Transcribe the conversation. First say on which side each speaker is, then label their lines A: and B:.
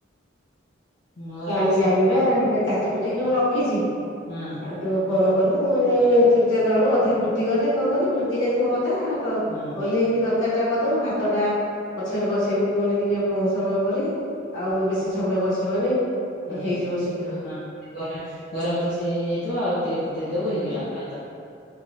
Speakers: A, on the left; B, on the left.
A: ମୋର
B: ଆଣିକି
A: ସା
B: ଆଇନିନା ବା ସେ କାଟିକୁଟିକି ସବୁ ରଖିଛି,
A: ହଁ,
B: ଆଉ ଟିକେ ଫୋନ୍ କଲୁ ମୁଇଁ ଚୁଲିଚା ଜଳୁ ଅଧା ଫୁଟିଗଲେ କଣ କଲିି ଫୁଟି ଯାଇଥିବ ଅଧା, ତ
A: ହଁ
B: ଓହ୍ଲେଇକି ତର, ତାଟା କରିଦବୁ ଭାତ ଟା ପଛରେ ବସେଇବୁ ପୁଣି ଟିକେ ବହୁ ସମୟ ପରେ, ଆଉ ଏବେ ବେଶି ସମୟ ବସିବନି,
A: ହଁ-ହଁ-ହଁ
B: ହେଇଯିବ ଶୀଘ୍ର
A: ଗରମ୍ ଗରମରେ ସେ ହେଇଯାଇଥିବ ଆଉ ଟିକେ ଫୁଟିଦବୁ ହେଇଗଲା ମା